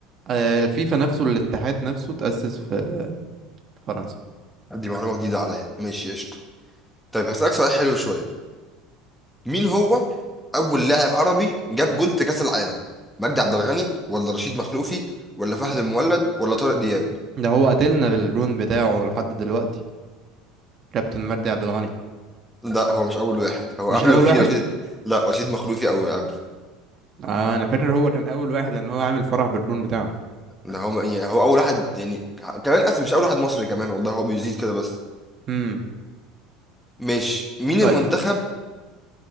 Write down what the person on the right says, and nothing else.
آه، الفيفا نفسه الاتحاد نفسه اتأسس في في فرنسا
ده هو قاتلنا بالجون بتاعه لحد دلوقتي كابتن مجدي عبد الغني
مش
أول
واحد
آه أنا فاكر هو كان أول واحد لأن هو عامل فرح بالجون بتاعه
امم
طيب